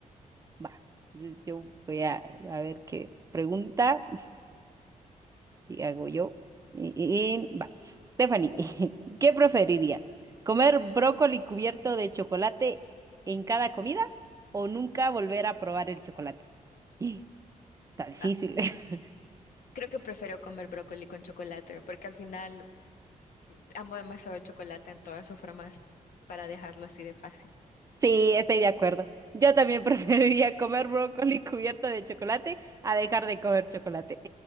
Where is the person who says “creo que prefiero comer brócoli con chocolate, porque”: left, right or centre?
Left